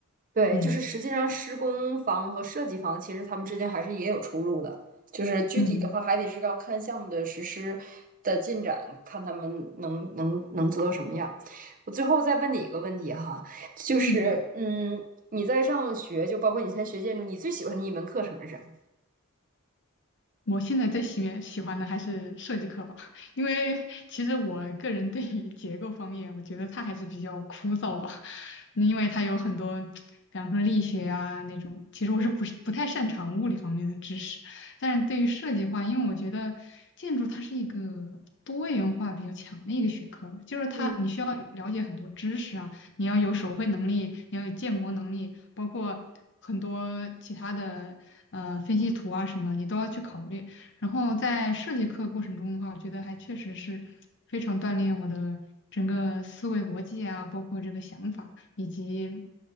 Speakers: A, on the right (about 35°); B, on the left (about 55°).
A: 对，
B: 嗯
A: 就是实际上施工方和设计方其实他们之间还是也有出入的，就是具体的话还得是要看项目的实施的进展，
B: 嗯
A: 看他们能能能做到什么样。我最后再问你一个问题哈，就是嗯，
B: 嗯。
A: 你在上学，就包括你现在学建筑，你最喜欢的一门课程是什么？
B: 我现在最喜面喜欢的还是设计课吧，<laughs> 因为其实我个人对于结构方面，我觉得它还是比较枯燥吧，因为它有很多，比方说力学啊那种，其实我是不是不太擅长物理方面的知识，
A: 嗯
B: 但是对于设计的话，因为我觉得建筑它是一个多元化比较强的一个学科就是它你需要了解很多知识啊，
A: 嗯。
B: 你要有手绘能力，你要有建模能力，包括很多其他的呃分析图啊什么，你都要去考虑。然后在设计课过程中的话，我觉得还确实是非常锻炼我的整个思维逻辑啊，包括这个想法以及